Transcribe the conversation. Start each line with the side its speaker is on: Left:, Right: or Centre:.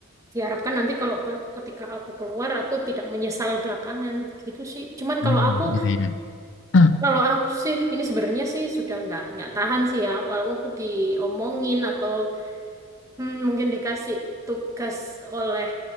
Right: diharapkan nanti kalau pe- ketika aku keluar aku tidak menyesal belakangan gitu sih. Cuman
Left: Hmm,
Right: kalau aku
Left: iya, iya. <clears throat>
Right: Kalau aku sih, ini sebenarnya sih sudah nggak nggak tahan sih ya. Walaupun aku diomongin atau hmm, mungkin dikasih tugas oleh